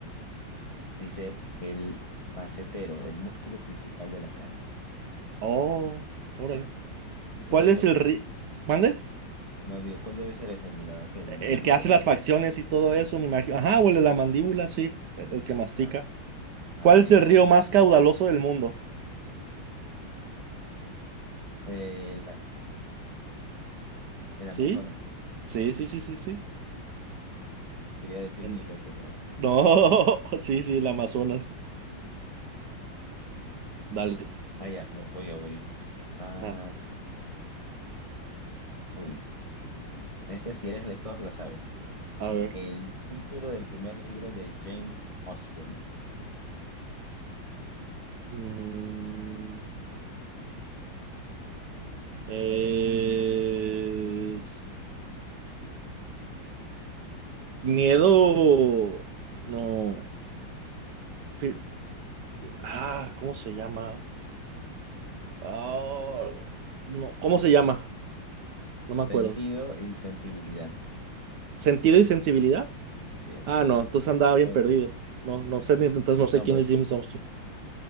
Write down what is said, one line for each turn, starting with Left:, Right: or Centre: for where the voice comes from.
Left: Dice el macetero, el músculo principal de la cara.
Right: Oh, órale.
Left: ¿Ese
Right: ¿Cuál
Left: cuál
Right: es
Left: de-
Right: el ri... ¿Mande?
Left: no digo, ¿cuál debe ser ese? ¿El de la, qué, de la mandíbula?
Right: El que hace las facciones y todo eso, me imagino. Ajá, huele la mandíbula,
Left: No.
Right: sí, el que mastica.
Left: Ah, ah,
Right: ¿Cuál
Left: ya,
Right: es el
Left: ya.
Right: río más caudaloso del mundo?
Left: El, el
Right: Sí,
Left: Amazonas.
Right: sí, sí, sí, sí, sí.
Left: Quería decir
Right: En-
Left: Nilo, pero no.
Right: No, <laughs> sí, sí, el Amazonas. Dale.
Left: Ah, ya, me- voy yo, voy yo. Ah,
Right: Ah,
Left: uy, este si eres lector, la sabes.
Right: a ver.
Left: El título del primer libro de Jane Austen.
Right: Mm. Eh, miedo, no. Fear- ah, ¿cómo se llama? Ah, no, ¿cómo se llama? No me acuerdo.
Left: Sentido y sensibilidad.
Right: ¿Sentido y sensibilidad?
Left: Sí, así
Right: Ah,
Left: se
Right: no,
Left: llama.
Right: entonces andaba bien
Left: Pues,
Right: perdido. No, no sé, ni- entonces no sé
Left: no,
Right: quién
Left: pero
Right: es James Armstrong.